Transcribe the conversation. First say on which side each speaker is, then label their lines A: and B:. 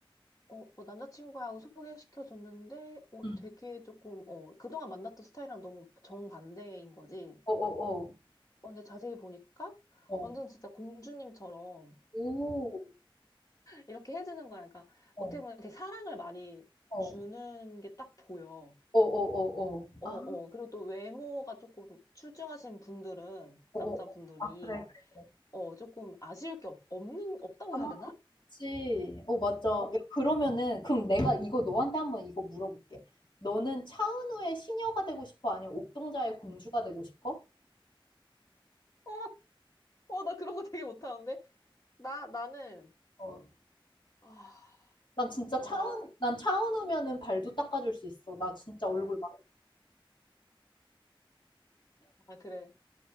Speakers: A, on the left; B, on the left.
A: 어, 뭐 남자친구하고 소개시켜줬는데, 어,
B: 응.
A: 되게 조금, 어, 그동안 만났던 스타일이랑 너무 정반대인 거지.
B: 어, 어,
A: 어, 근데 자세히 보니까,
B: 어,
A: 완전
B: 어,
A: 진짜 공주님처럼,
B: 오,
A: 이렇게 해주는 거야. 그러니까
B: 어,
A: 어떻게 보면 되게 사랑을 많이
B: 어,
A: 주는
B: 어,
A: 게 딱 보여.
B: 어, 어, 어,
A: 어,
B: 아,
A: 어. 그리고 또 외모가 조금 출중하신 분들은,
B: 어,
A: 남자분들이,
B: 어, 어. 아, 그래, 그래, 그래.
A: 어, 조금 아쉬울 게 없, 없는, 없다고
B: 아.
A: 해야 되나?
B: 그치. 어, 맞아.
A: 어,
B: 야, 그러면은, 그럼 내가 이거 너한테 한번 이거 물어볼게. 너는 차은우의 시녀가 되고 싶어? 아니면 옥동자의 공주가 되고 싶어?
A: 어, 어, 나 그런 거 되게 못하는데? 나, 나는,
B: 어.
A: 아,
B: 난 진짜
A: 나,
B: 차은, 난 차은우면은 발도 닦아줄 수 있어. 나 진짜 얼굴 막.
A: 아, 그래.